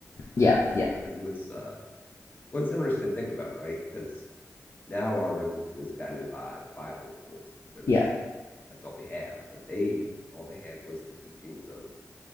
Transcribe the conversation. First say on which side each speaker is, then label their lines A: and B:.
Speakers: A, on the left; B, on the left.
A: Yeah,
B: and
A: yeah,
B: whatever he was uh, Well, it's interesting to think about, right? Because now our religion is guided by the Bible, of course, because
A: yeah,
B: that's all we have. But they, all they had was the teachings of